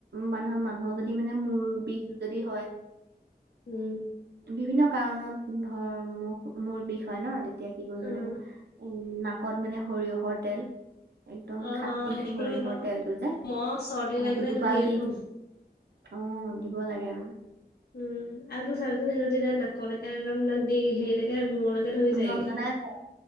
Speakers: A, on the right; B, on the left.
A: মানুহৰ মানুহৰ যদি মানে মূৰ বিষ যদি হয়।
B: উম,
A: বিভিন্ন কাৰণত ধৰ মোক মূৰ বিষ হয় ন তেতিয়া কি কৰিব
B: অ'।
A: লাগে। নাকত মানে সৰিয়হৰ তেল। একদম
B: অ',
A: খাটি
B: সেইটোতো
A: সৰিয়হৰ
B: একদম
A: তেলটো যে আহ
B: মই চৰ্দি লাগিলে
A: দুটোপাল
B: সেইটো দিয়ে
A: দি।
B: থওঁ।
A: অ দিব লাগে মানে।
B: উম আৰু তো চাবচোন সেইটো যেতিয়া নাকলৈকে একদম দি হেৰিলৈকে মূৰলৈকে, ধৈ যায়
A: জনজনাই
B: গে
A: যায়